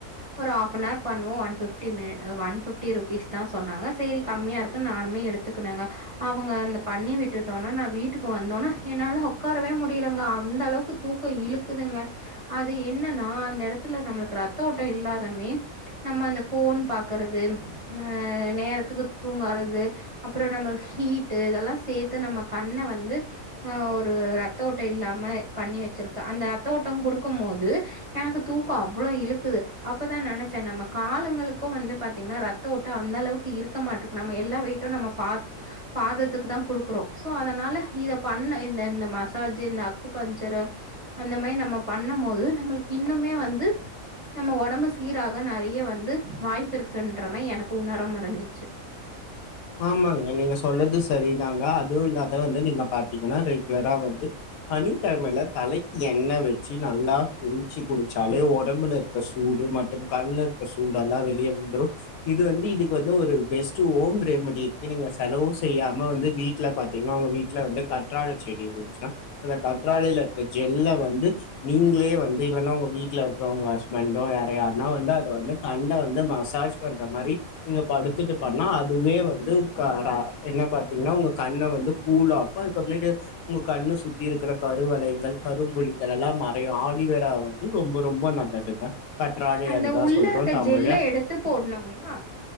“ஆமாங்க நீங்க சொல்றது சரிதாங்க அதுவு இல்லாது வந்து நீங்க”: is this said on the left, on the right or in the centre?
Left